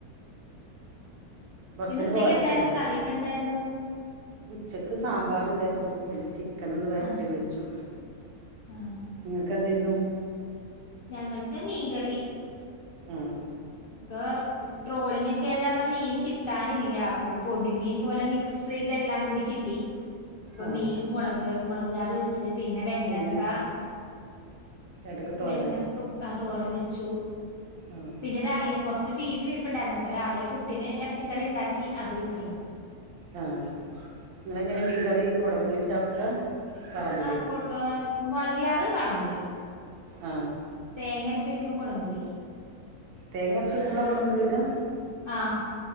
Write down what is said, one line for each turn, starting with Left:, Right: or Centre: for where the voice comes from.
Right: ബസ്സിന്
Left: ഇന്ന് ഉച്ചക്ക്
Right: പോവലാണോ
Left: എന്തായിരുന്നു. കറിയൊക്കെ എന്തായിരുന്നു.
Right: ഉച്ചക്ക് സാമ്പാർ ഉണ്ടായിരുന്നു പിന്നെ ചി ക്കനൊന്ന് വരണ്ടി
Left: ആഹ്
Right: വെച്ചു.
Left: ആഹ്
Right: നിങ്ങക് എന്തെര്ന്നു?
Left: ഞങ്ങൾക്ക് മീൻകറി.
Right: ആഹ്.
Left: പ്പൊ ട്രോളിംഗ് ക്കെ യതാ മീൻ കിട്ടാനില്ല. അപ്പൊ പൊടിമീൻ പോലെ മിക്സ് ചെയ്തെല്ലാം കൂടി കിട്ടി. ഇപ്പൊ
Right: ആഹ്
Left: മീൻ മുളക് കറി മുളക് ചാറ് വെച്ച് പിന്നെ വെണ്ടക്ക
Right: എങ്ങനെ എടക്ക് തോരനോ
Left: വെണ്ടക്ക ഉ തോരം വെച്ചു.
Right: ആഹ്
Left: പിന്നെ രാ <unintelligible> കൊർ പക്ഷെ ബീഫ് ഇരുപ്പുണ്ടായിരുന്നു അപ്പൊ രാവിലെ പുട്ടിന് എറച്ചിക്കറി ഇണ്ടാക്കി അതും രു
Right: ആ നിങ്ങളെങ്ങനെ മീൻക റി കുടംമ്പുള്ളിട്ടാ വെക്കാ വാളംപുളിയോ
Left: ആ കൊ മൊളകിയാറ് വാളംമ്പുളി.
Right: ആ
Left: തേങ്ങരച്ച് വക്കുമ്പോ കൊടുമ്പുളി
Right: തേങ്ങര ച്ച്ക്കുമ്പളാ കൊടുമ്പുള്ളിടാ?
Left: ആഹ്